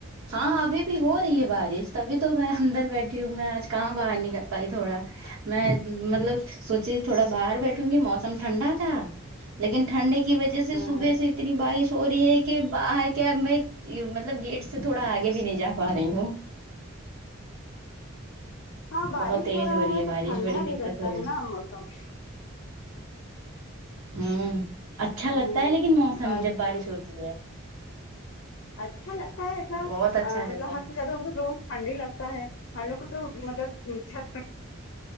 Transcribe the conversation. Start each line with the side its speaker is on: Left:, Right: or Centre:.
Right: ہاں ابھی بھی ہو رہی ہے بارش تبھی تو میں اندر بیٹھی ہوں میں آج کہاں باہر نکل پائی تھوڑا میں مطلب سوچی تھوڑا باہر بیٹھوں گی موسم ٹھنڈا تھا لیکن ٹھنڈے کی کی وجہ سے
Left: ہاں
Right: صبح سے اتنی بارش ہو رہی ہے کہ کہ باہر کیا میں مطلب گیٹ سے تھوڑا آگے بھی نہیں جا پا رہی ہوں
Left: ہاں بارش
Right: بہت تیز
Left: رہا
Right: ہو رہی ہے
Left: تو
Right: بارش
Left: ٹھنڈا
Right: بڑی دقت
Left: بھی رہتا
Right: ہو رہی
Left: ہے نا موسم
Right: ہوں اچھا لگتا
Left: ہوں
Right: ہے لیکن موسم جب بارش
Left: ہو
Right: ہوتی ہے
Left: اچھا لگتا ہے ایسا
Right: بہت اچھا
Left: مطلب
Right: رہتا ہے
Left: زیادہ بولی ٹھنڈ ہی لگتا ہے ہم لوگ کو تو مطلب چھت پر